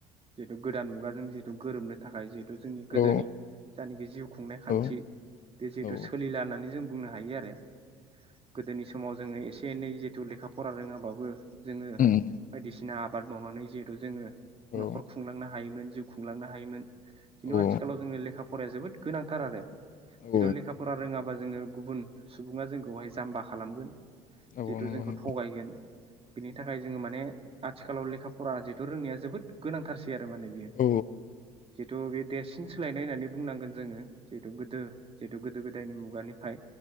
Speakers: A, on the right; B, on the left.
A: जेहेथु गोदान मुगाजों जिहुथु गोरोबनो थाखाय जि हुथु जोंनि गोदोनि
B: औ
A: जानाखि जिउ खुंनाय खान्थि
B: औ
A: बे जिहेथु
B: औ
A: सोलिला होननानै जों बुंनो हायो आरो। गोदोनि समाव जोङो एसे एनै जिहुथु लेखा फरा रोङाबाबो जोङो
B: नंगौ
A: बायदिसि ना आबाद मावनानै जिहेतु जोङो
B: औ।
A: न'खर खुंलांनो हायोमोन जिउ खुंलांनो हायोन खिन्थु
B: औ औ
A: आथिखालाव जों लेखा फराया जोबोद गोनांथार आरो
B: औ
A: जेहुथु लेखा फरा रोङाबा जोङो गुबुन सुबुङा जोंखौहाय जाम्बा खालामगोन
B: औ
A: जिहेथु
B: नंगौ
A: जोंखौ
B: नंगौ
A: थगायगोन बिनि थाखाय जोङो माने आथिखालाव लेखा फरा जिहेथु रोंनाया जोबोद गोनांथारसै बि आरो माने बियो।
B: औ
A: जिहेतु बेयो देरसिन सोलायनाय होननानै बुंनांगोन जोङो। जेहुथु गोदो जे गोदो गोदायनि खुगानिफाय